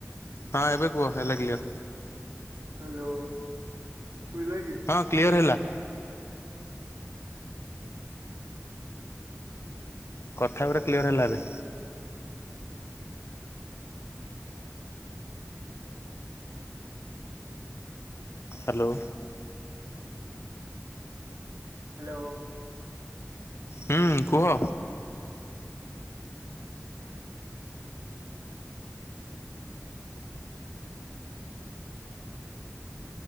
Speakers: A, on the left; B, on the right.
A: ହଁ ଏବେ କୁହ ହେ ଲାଗିଲି
B: ହ୍ୟାଲୋ ସୁଭିଲା କି
A: ହଁ କ୍ଲିୟର୍ ହେଲା। କଥା ଗୁରା କ୍ଲିୟର୍ ହେଲା ଏବେ। ହ୍ୟାଲୋ।
B: ହ୍ୟାଲୋ।
A: ହୁଁ କୁହ
B: ହ